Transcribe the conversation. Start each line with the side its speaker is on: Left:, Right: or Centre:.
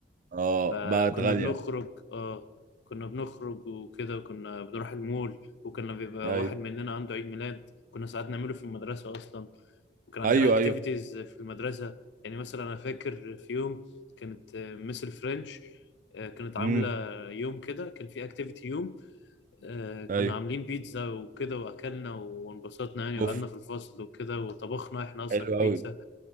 Right: اه
Left: فكنا
Right: بقت غالية
Left: بنخرج اه كنا بنخرج وكده وكنا بنروح المول وكنا بيبقى
Right: ايوه
Left: واحد مننا عنده عيد ميلاد كنا ساعات نعمله في المدرسة أصلا وكان عندنا
Right: ايوه
Left: اكتيفيتيز
Right: ايوه
Left: في المدرسة يعني مثلا أنا فاكر في يوم كانت مس الفرنش آه، كانت عاملة
Right: امم
Left: يوم كده كان في اكتيفيتي يوم آه، كنا
Right: ايوه
Left: عاملين بيتزا وكده وأكلنا وانبسطنا يعني
Right: اوف
Left: وقعدنا في الفصل وكده وطبخنا احنا أصلا
Right: حلو
Left: البيتزا
Right: قوي